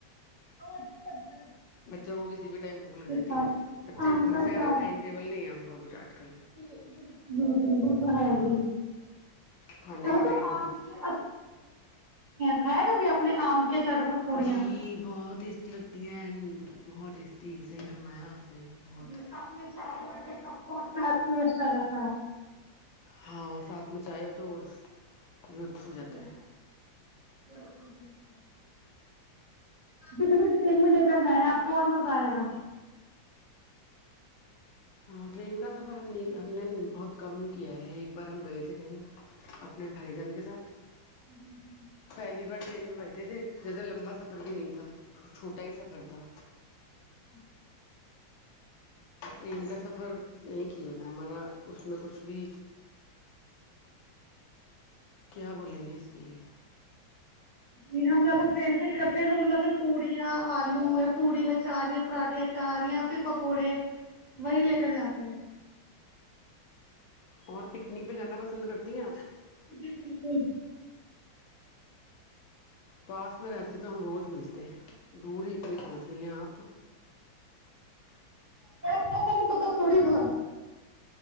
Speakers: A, on the right (about 25°); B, on the left (about 75°).
A: ہاں اچھاتا
B: بچوں کو کسی بھی ٹائم بھک لگاتی
A: ساتھ
B: ہے بچے
A: آم
B: ا گھر
A: کا اچار
B: میں ہے نا ٹائم ٹیبل نہیں ہے ان کو کچھ کل
A: جی بالکل بالکل م وہ تو ہے ہی
B: کھانے
A: <inaudible> کنی
B: کا ٹائم مطلب
A: کھائے گا بھی اپنے آم کے اچار کے ساتھ پوڑیاں
B: جی بہت ٹیسٹی لگتی ہیں ہیں بہت ایٹی صحیح فرمایا آپ نے بہت
A: جی سب میں چائے و تھے کپ <inaudible>
B: ہاں سات مچاو تو اور لطف ہو جاتا
A: جی
B: ہے
A: بالکل بالکل ابھی کبھی ٹرین میں لے کر جائ آپ کو اور مزہ آئے گا
B: ہاں ٹرین کا سفر ہم نے ہم نے بہت کم کیا ہے ایک بار ہم گئے تھے کہیں اپنے بھائی جان کے ساتھ
A: ہوں ہ
B: پلی بار ٹرین میں بیٹھے تھے زیادہ لمبا سفر بھی نہیں تھا تو چھوٹا ہی سفر تھا
A: ہی
B: ٹرین کا سفر نہیںی کیا میں ہمارا اس میں کچھ بھی کیا بولیں گے اسک لیے
A: ج ہم زیاد فریم کا ہی کرتے ہیں ہم زیاد پوڑیاں آلو پوڑی اچاریا پراھے اچار یا پھر پکوڑے وہی لے کر جاتے ہیں
B: اور پکنک پہ جانا پسند کرتی ہیں آپ
A: جی بالکل
B: پاس میں رہتے تو ہم روز ملتے ہیں دور اتنی پہنچ گئی ہیں آپ
A: ت پتا تھوڑی تھا